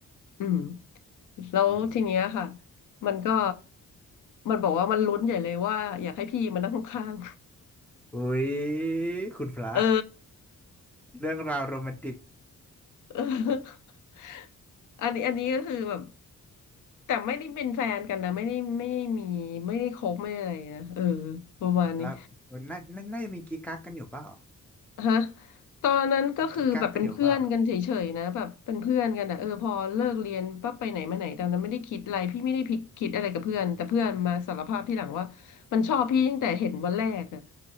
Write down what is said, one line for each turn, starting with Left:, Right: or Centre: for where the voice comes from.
Left: อืม แล้วทีเนี้ยค่ะ
Centre: อืม
Left: มันก็ มันบอกว่ามันลุ้นใหญ่เลยว่าอยากให้พี่มานั่งข้าง
Centre: อุ๊ยคุณพระ
Left: ๆ <laughs> เออ
Centre: เรื่องราวโรแมนติก
Left: <laughs> เอออันนี้อันนี้ก็คือแบบแต่ไม่ได้เป็นแฟนกันนะไม่ได้ไม่ได้มีไม่ได้คบไม่ได้อะไรนะเออประมาณนี้
Centre: แล้วน่าน่าน่าจะมีกิ๊กกักกันอยู่เปล่า
Left: ฮะตอนนั้นก็คือแบบเป็นเพื่อนกันเฉยๆนะแบบเป็นเพื่อนกันอ่ะเออพอเลิกเรียนปั๊บไปไหนมาไหนตอนนั้นไม่ได้คิดอะไรพี่ไม่ได้พิคิดอะไรกับเพื่อนแต่เพื่อนมาสารภาพที่หลังว่ามันชอบพี่ตั้งแต่เห็นวันแรกอะ
Centre: กิ๊กักกันอยู่า